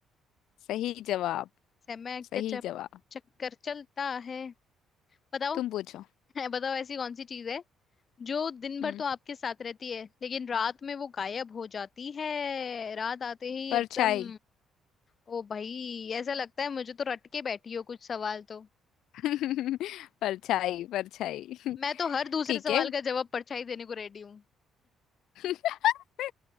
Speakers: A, on the left; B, on the left.
A: सही जवाब
B: समय
A: सही
B: का चप-
A: जवाब
B: चक्कर चलता है बताओ
A: तुम पूछो
B: <laughs> बताओ ऐसी कौन सी चीज है जो दिन भर
A: हम्म
B: तो आपके साथ रहती है लेकिन रात में वो गायब हो जाती है रात आते ही
A: परछाई
B: एकदम ओ भाई ऐसा लगता है मुझे तो रट के बैठी हो कुछ सवाल तो
A: <laughs> परछाई परछाई <laughs>
B: मैं तो हर दूसरे
A: ठीक
B: सवाल
A: है
B: का जवाब परछाई देने को रेडी हूँ।
A: <laughs>